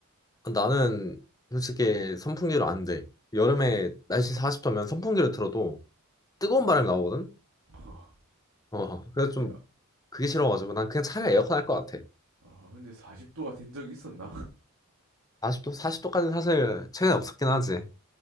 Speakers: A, on the left; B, on the right.
A: 나는 솔직히 선풍기로 안 돼. 여름에 날씨 40도면 선풍기를 틀어도 뜨거운 바람이 나오거든?
B: 어,
A: 어, 그래서 좀
B: 근데
A: 그게 싫어가지고 난 그냥 차라리 에어컨 할 것 같아.
B: 아, 근데 40도가 된 적이 있었나?
A: 40도, 40도까지는 사실 최근에 없었긴 하지.